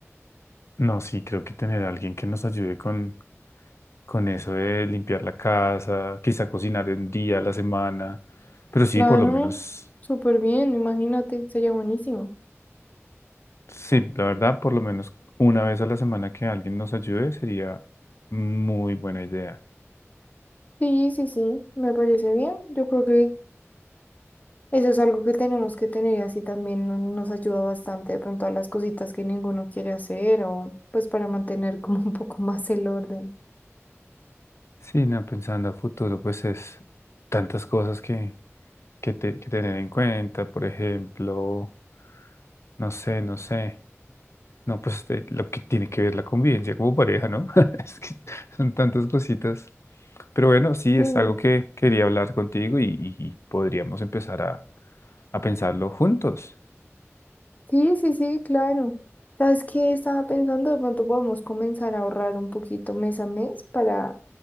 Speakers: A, on the left; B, on the left.
A: No, sí, creo que tener a alguien que nos ayude con, con eso de limpiar la casa, quizá cocinar un día a la semana, pero sí,
B: Claro,
A: por lo menos,
B: súper bien, imagínate, sería buenísimo.
A: sí, la verdad, por lo menos una vez a la semana que alguien nos ayude sería muy buena idea.
B: Sí, sí, sí, me parece bien. Yo creo que eso es algo que tenemos que tener y así también no- nos ayuda bastante de pronto a las cositas que ninguno quiere hacer o pues para mantener como <laughs> un poco más el orden.
A: Sí, no, pensando a futuro, pues es tantas cosas que, que, te- que tener en cuenta, por ejemplo, no sé, no sé. No, pues este, lo que tiene que ver la convivencia como pareja, ¿no? <laughs> Es que son tantas cositas. Pero bueno, sí,
B: Sí.
A: es algo que quería hablar contigo y, y- podríamos empezar a, a pensarlo juntos.
B: Sí, sí, sí, claro. ¿Sabes qué? Estaba pensando, de pronto podemos comenzar a ahorrar un poquito mes a mes para,